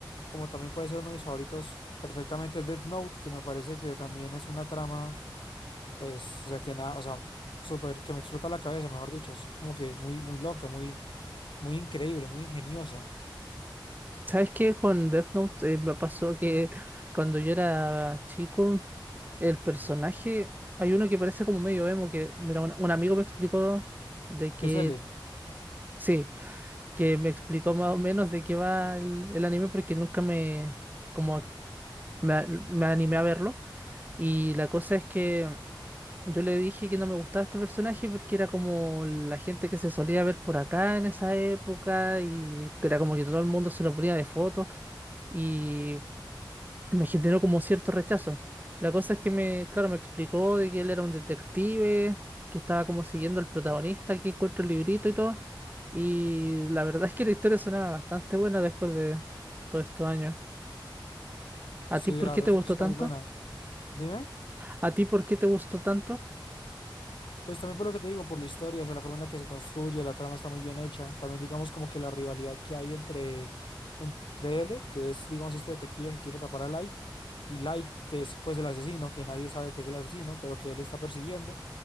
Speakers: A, on the left; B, on the right.
A: como también puede ser uno de mis favoritos perfectamente, Death Note, que me parece que también es una trama, pues, o sea, que nada, o sea, súper, que me explota la cabeza, mejor dicho, es como que muy, muy loca, muy, muy increíble, muy ingeniosa.
B: ¿Sabes qué? Con Death Note eh, me pasó que cuando yo era chico, el personaje, hay uno que parece como medio emo, que, mira, un, un amigo me explicó de que,
A: ¿Qué es lee?
B: sí, que me explicó más o menos de qué va el, el anime porque nunca me, como, me me animé a verlo. Y la cosa es que... Yo le dije que no me gustaba este personaje porque era como la gente que se solía ver por acá en esa época y que era como que todo el mundo se lo ponía de foto y me generó como cierto rechazo. La cosa es que me, claro, me explicó de que él era un detective, que estaba como siguiendo al protagonista, que encuentra el librito y todo. Y la verdad es que la historia sonaba bastante buena después de todos estos años.
A: Sí,
B: ¿A ti por
A: la
B: qué
A: verdad
B: te
A: es
B: gustó
A: una historia
B: tanto?
A: muy buena. Dime,
B: ¿A ti por qué te gustó tanto?
A: pues también por lo que te digo, por la historia, o sea, la forma en la que se construye, la trama está muy bien hecha. También digamos como que la rivalidad que hay entre, entre él, que es digamos este detective que quiere atrapar a Light, y Light, que es pues el asesino, que nadie sabe que es el asesino, pero que él está persiguiendo.